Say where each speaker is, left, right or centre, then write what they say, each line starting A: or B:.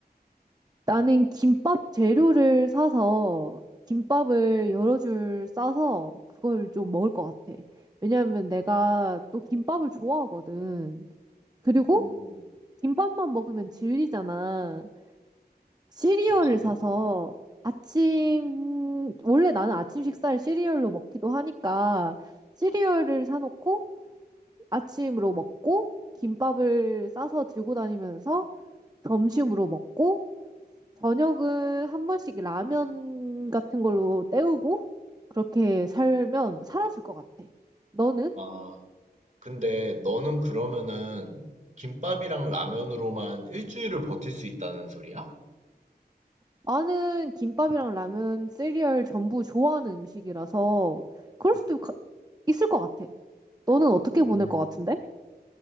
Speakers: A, on the right (about 25°); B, on the right (about 45°).
A: 나는 김밥 재료를 사서 김밥을 여러 줄 싸서 그걸 좀 먹을 것 같아. 왜냐하면 내가 또 김밥을 좋아하거든. 그리고
B: 음,
A: 김밥만 먹으면 질리잖아. 시리얼을
B: 그치.
A: 사서 아침, 원래 나는 아침 식사를 시리얼로 먹기도 하니까 시리얼을 사놓고 아침으로 먹고 김밥을 싸서 들고 다니면서 점심으로 먹고 저녁은 한 번씩 라면 같은 걸로 때우고 그렇게 살면 살아줄 것 같아. 너는?
B: 아, 근데 너는 그러면은 김밥이랑 라면으로만 일주일을 버틸 수 있다는 소리야?
A: 나는 김밥이랑 라면, 시리얼 전부 좋아하는 음식이라서 그럴 수도 가- 있을 것 같아. 너는 어떻게
B: 오.
A: 보낼 것 같은데?